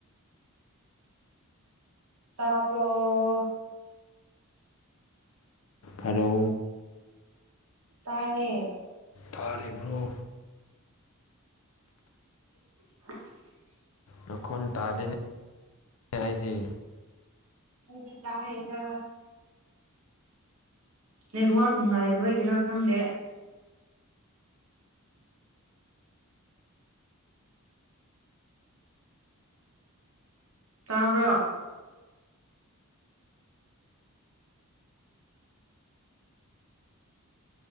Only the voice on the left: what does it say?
ꯍꯂꯣ
ꯊꯥꯂꯤꯕ꯭ꯔꯣ
ꯃꯈꯣꯟ ꯇꯥꯗꯦꯅꯤ ꯍꯥꯏꯗꯤ